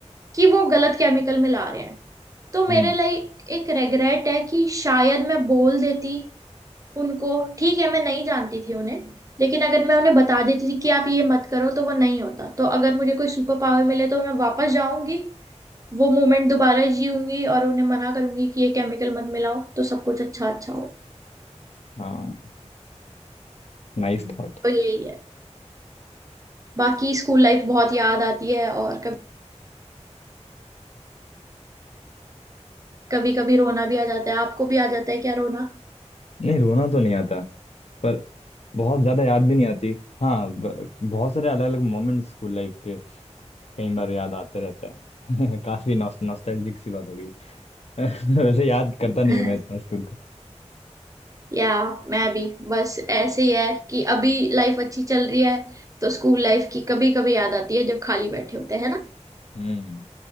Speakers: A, on the right; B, on the left.
A: कि वो गलत केमिकल मिला रहे हैं तो मेरे
B: हम्म
A: लिए एक रेग्रेट है कि शायद मैं बोल देती उनको ठीक है मैं नहीं जानती थी उन्हें लेकिन अगर मैं उन्हें बता देती थी कि आप ये मत करो तो वो नहीं होता तो अगर मुझे कोई सुपर पावर मिले तो मैं वापस जाऊंगी वो मोमेंट दोबारा जीऊंगी और उन्हें मना करूंगी कि ये केमिकल मत मिलाओ तो सब कुछ अच्छा अच्छा हो
B: हाँ नाइस थॉट
A: तो यही है बाकी स्कूल लाइफ बहुत याद आती है और कभी कभी कभी रोना भी आ जाता है आपको भी आ जाता है क्या रोना
B: नहीं रोना तो नहीं आता पर बहुत ज्यादा याद भी नहीं आती हाँ ब- बहुत सारे अलग अलग मोमेंट स्कूल लाइफ के कई बार याद आते रहते हैं <laughs> काफी नॉस्टैल्जिक सी बात हो गई <laughs> वैसे याद करता नहीं
A: <laughs>
B: हूँ मैं इतना स्कूल का
A: या मैं भी बस ऐसे ही है कि अभी लाइफ अच्छी चल रही है तो स्कूल लाइफ की कभी कभी याद आती है जब खाली बैठे होते हैं ना
B: हम्म